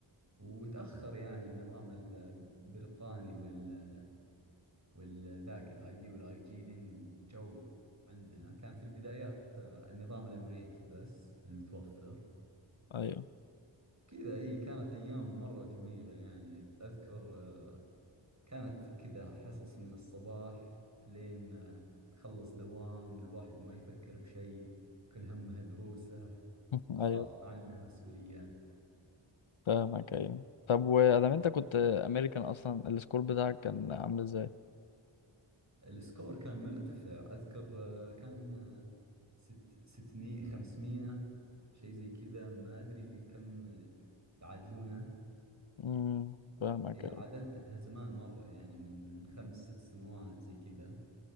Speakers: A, on the right (about 35°); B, on the left (about 75°).
A: وتأخر يعني النظام البريطاني وال والذاك الاي بي والاي جي لين جو عندنا كان في البدايات آه، النظام الامريكي بس المتوفر
B: ايوه
A: كذا اي كانت ايام مرة جميلة يعني اذكر آه، كانت كذا حصص من الصباح لين آه، نخلص دوام الواحد ما يفكر بشيء كل همه دروسه
B: <laughs>
A: خلاص
B: ايوه
A: ما عنده مسؤوليات
B: فاهمك ايوه طب وادام انت كنت امريكان اصلا السكور بتاعك كان عامل ازاي
A: السكور كان مرتفع اذكر آه، كان آه، ست ستمية خمسمية شيء زي كذا ما ادري كم يعادلونه
B: مم. فاهمك
A: اي عادلتها زمان مرة يعني من من خمس ست سنوات زي كذا